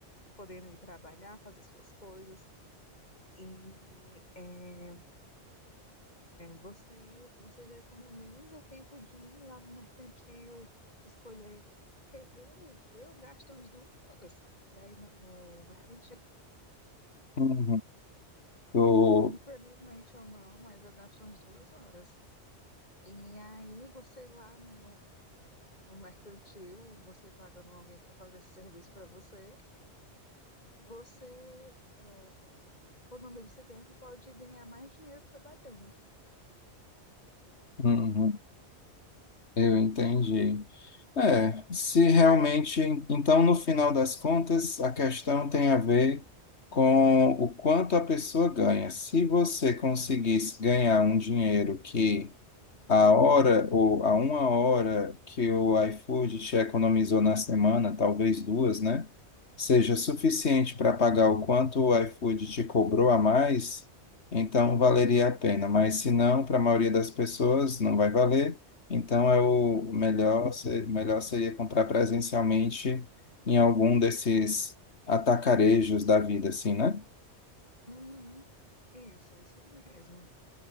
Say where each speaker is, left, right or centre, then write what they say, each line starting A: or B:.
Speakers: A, on the left; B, on the left.
A: podendo ir trabalhar, fazer suas coisas. E é, você, você já economiza o tempo de ir lá no mercantil, escolher. Porque eu, eu gasto umas duas horas para ir no, no mercantil.
B: uhum. Eu-
A: Infelizmente ou não, mas eu gasto umas duas horas. E aí você lá no, no, no mercantil, você pagando alguém para fazer esse serviço para você, você é, economiza esse tempo e pode ganhar mais dinheiro trabalhando.
B: uhum, eu entendi. É, se realmente. Então, no final das contas, a questão tem a ver com o quanto a pessoa ganha. Se você conseguisse ganhar um dinheiro que a hora ou a uma hora que o iFood te economizou na semana, talvez duas, né? Seja suficiente para pagar o quanto o iFood te cobrou a mais, então valeria a pena. Mas se não, para a maioria das pessoas não vai valer. Então é o melhor, se- melhor seria comprar presencialmente em algum desses atacarejos da vida, assim, né?
A: Uhum. Isso, isso mesmo.